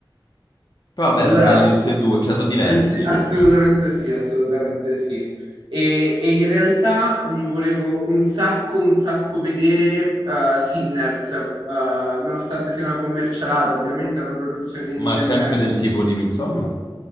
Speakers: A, on the left; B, on the right.
A: Poi vabbè,
B: Allora,
A: sono belli tutti e due, cioè sono diversi,
B: Eh sì, assolutamente sì, assolutamente sì. E, e in realtà mi volevo un sacco, un sacco vedere eh, Sinners, eh, nonostante sia una commercialata, ovviamente è una produzione indipendente.
A: ma è sempre del tipo di Midsommar.